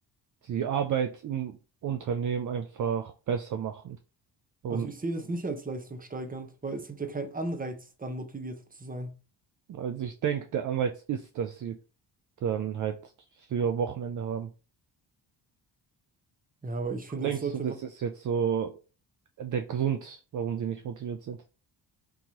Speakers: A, on the right; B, on the right.
A: die Arbeit im Unternehmen einfach besser machen. Und
B: Also ich sehe das nicht als leistungssteigernd, weil es gibt ja keinen Anreiz, dann motiviert zu sein.
A: also ich denke, der Anreiz ist, dass sie dann halt früher Wochenende haben.
B: Ja, aber ich finde,
A: Denkst
B: es sollte
A: du, das ist jetzt so der Grund, warum die nicht motiviert sind?